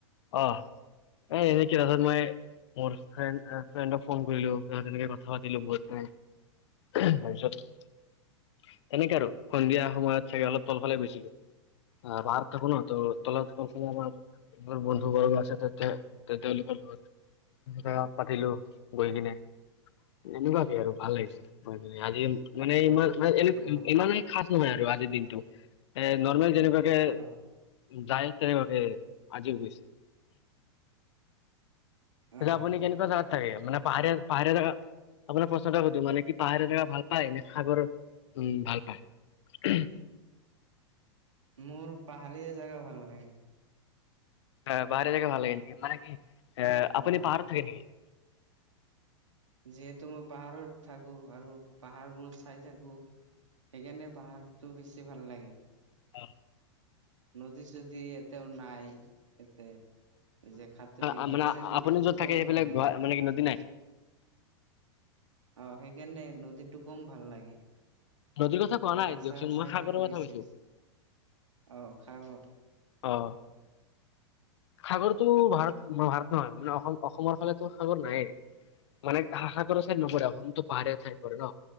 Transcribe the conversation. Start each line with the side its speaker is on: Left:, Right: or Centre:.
Left: অ এ এনেকে কিতাছত মই মোৰ ফ্ৰেন্দ ফ্ৰেন্দক ফোন কৰিলো তা তেনেকে কথা পাতিলো। তাৰপিছত তেনেকে আৰু সন্ধিয়া সময়ত চাগে অলপ তলফালে গৈছিলো। পাহাৰ থাকো ন ত তলত সৌফালে আমাৰ বোৰ বন্ধু বৰ্গ আছে তাতে তেতে তেওঁলোকৰ ঘৰত বা পাতিলো গৈ কিনে এনেকুৱাকে আৰু ভাল লাগিছে মই মান আজি মানে ইমান এনে
Right: অ',
Left: ইমান খাছ নহয় আৰু আজিৰ দিনটো এ নৰ্মেল যেনেকুৱাকে
Right: অ',
Left: যায় তেনেকুৱাকে আজিও গৈছে।
Right: অ',
Left: তেতিয়া আপুনি কেনেকুৱা জোগাত থাকে মানে পাহাৰে পাহাৰে জেগা আপোনাৰ প্ৰশ্ন এটা সুধো মানে কি পাহাৰে থকা ভাল পায় নে সাগৰ উম ভাল পায়? <unintelligible>
Right: মোৰ পাহাৰীয়া জোগা ভাল লাগে।
Left: আহ পাহাৰীয়া জেগে ভাল লাগে নেকি? মান কি আহ আপুনি
Right: অ',
Left: পাহাৰত থাকে নেকি?
Right: যিহেতু মই পাহাৰত থাকো আৰু পাহাৰবোৰ চাই থাকো। সেইকাৰণে পাহাৰতটো বেছি ভাল লাগে।
Left: অ
Right: নদী চদী এতেও নাই। ইতে এই যে হাতুৰিম
Left: আ-
Right: সেইকাৰণে
Left: মানে
Right: নদীতটো
Left: আপুনি য'ত থাকে
Right: কম
Left: সেইফালে
Right: ভাল লাগে।
Left: গুৱা মানে কি নদী নাই
Right: অ সেইকাৰণে নদীটো কম ভাল লাগে।
Left: নদীৰ কথা কোৱা
Right: পাহাৰ
Left: নাই দিয়কচোন
Right: চাহাৰ চাই
Left: মই সাগৰৰ
Right: থাকো
Left: কথা
Right: বেছি
Left: কৈছো
Right: অহ সাগৰ
Left: অহ সাগৰতটো ভাৰত ভাৰত নহয় মানে অসম অসমৰ ফালেতো সাগৰ নায়ে। মানে হাহাক কৰা চাইড নপৰে
Right: অ',
Left: অসমটো পাহাৰীয়া ঠাইত পৰে ন,